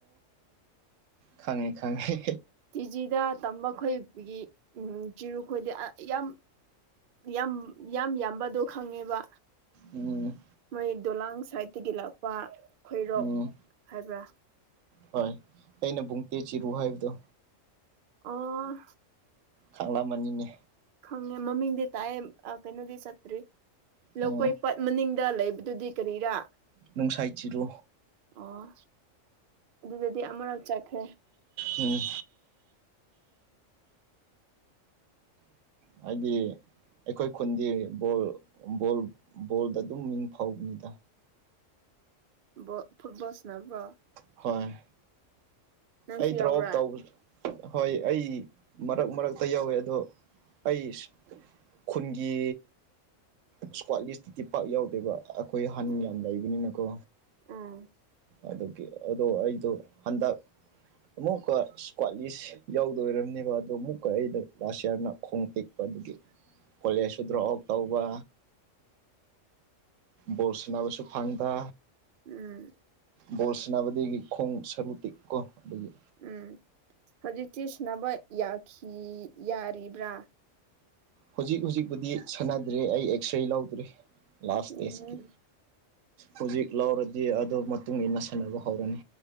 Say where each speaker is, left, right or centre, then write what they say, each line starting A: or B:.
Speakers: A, on the right; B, on the right.
A: ꯈꯥꯉꯩ ꯈꯥꯉꯩ
B: ꯀꯤꯖꯤꯗ ꯇꯝꯕ ꯈꯣꯏꯒꯤ ꯆꯤꯔꯨꯈꯣꯏꯗꯤ ꯌꯥꯝ ꯌꯥꯝ ꯌꯥꯝ ꯌꯥꯝꯕꯗꯣ ꯈꯪꯉꯦꯕ
A: ꯑꯗꯨ
B: ꯃꯣꯏ ꯗꯣꯂꯥꯡ ꯁꯥꯏꯠꯇꯒꯤ ꯂꯥꯛꯄ ꯈꯣꯏꯔꯣꯛ
A: ꯎꯝ
B: ꯍꯥꯏꯕ꯭ꯔꯥ
A: ꯍꯣꯏ ꯑꯩꯅ ꯕꯨꯡ ꯇꯦ ꯆꯤꯔꯨ ꯍꯥꯏꯕꯗꯣ
B: ꯑꯣ
A: ꯈꯥꯡꯂꯝ ꯃꯅꯤꯅꯦ
B: ꯈꯪꯉꯦ ꯃꯃꯤꯅꯦ ꯇꯥꯌꯦ ꯑ ꯀꯩꯅꯣꯗꯤ ꯁꯠꯇ꯭ꯔꯦ ꯂꯧꯀꯣꯏ
A: ꯑꯣ
B: ꯄꯥꯠ ꯃꯅꯤꯡꯗ ꯂꯩꯕꯗꯨꯗꯤ ꯀꯔꯤꯔꯥ
A: ꯅꯨꯡꯁꯥꯏ ꯆꯤꯔꯣ
B: ꯑꯣ ꯑꯗꯨꯗꯗꯤ ꯑꯃꯔꯛ ꯆꯠꯈ꯭ꯔꯦ
A: ꯎꯝ ꯍꯥꯏꯗꯤ ꯑꯩꯈꯣꯏ ꯈꯨꯟꯗꯤ ꯕꯣꯜ ꯕꯣꯛ ꯕꯣꯜꯗ ꯑꯗꯨꯝ ꯃꯤꯡ ꯐꯥꯎꯕꯅꯤꯗ
B: ꯕꯣꯜ ꯐꯨꯠꯕꯣꯜ ꯁꯥꯅꯕ꯭ꯔꯣ
A: ꯍꯣꯏ
B: ꯅꯪꯁꯨ
A: ꯑꯩ ꯗ꯭ꯔꯣꯞ
B: ꯌꯥꯎꯕ꯭ꯔꯥ
A: ꯇꯧꯕ ꯍꯣꯏ ꯑꯩ ꯃꯔꯛ ꯃꯔꯛꯇ ꯌꯧꯋꯦ ꯑꯗꯣ ꯑꯩ ꯈꯨꯟꯒꯤ ꯏꯁꯀ꯭ꯋꯥꯠ ꯂꯤꯁꯇꯗꯤ ꯄꯥꯛ ꯌꯥꯎꯗꯦꯕ ꯑꯩꯈꯣꯏ ꯑꯍꯟ
B: ꯎꯝ
A: ꯌꯥꯝ ꯂꯩꯕꯅꯤꯅꯀꯣ
B: ꯎꯝ
A: ꯑꯗꯨꯒꯤ ꯑꯗꯨ ꯑꯩꯗꯣ ꯍꯟꯗꯛ ꯑꯃꯨꯛꯀ ꯏꯁꯀ꯭ꯋꯥꯠꯂꯤꯁ ꯌꯥꯎꯗꯣꯏꯔꯝꯅꯦꯕ ꯑꯗꯣ ꯑꯃꯨꯛꯀ ꯑꯩꯗ ꯂꯥꯁ ꯏꯌꯥꯔꯅ ꯈꯣꯡ ꯇꯦꯛꯄ ꯑꯗꯨꯒꯤ
B: <inaudible>
A: ꯀꯣꯂꯦꯖꯁꯨ ꯗ꯭ꯔꯣꯞ ꯑꯥꯎꯠ ꯇꯧꯕ ꯕꯣꯜ ꯁꯥꯟꯅꯕꯁꯨ ꯐꯪꯗ
B: ꯎꯝ
A: ꯕꯣꯜ ꯁꯥꯟꯅꯕꯗꯒꯤ ꯈꯣꯡ ꯁꯔꯨ ꯇꯦꯛꯄꯀꯣ ꯑꯗꯨꯗꯒꯤ
B: ꯎꯝ ꯍꯧꯖꯤꯛꯇꯤ ꯁꯥꯅꯕ ꯌꯥꯈꯤ ꯌꯥꯔꯤꯕ꯭ꯔꯥ
A: ꯍꯧꯖꯤꯛ ꯍꯧꯖꯤꯛꯄꯨꯗꯤ ꯁꯥꯟꯅꯗ꯭ꯔꯦ ꯑꯩ ꯑꯦꯛꯁꯔꯦ ꯂꯧꯗ꯭ꯔꯤ ꯂꯥꯁ
B: ꯎꯝ
A: ꯗꯦꯖꯀꯤ ꯍꯧꯖꯤꯛ ꯂꯧꯔꯗꯤ ꯑꯗꯨ ꯃꯇꯨꯡ ꯏꯟꯅ ꯁꯥꯟꯅꯕ ꯍꯧꯔꯅꯤ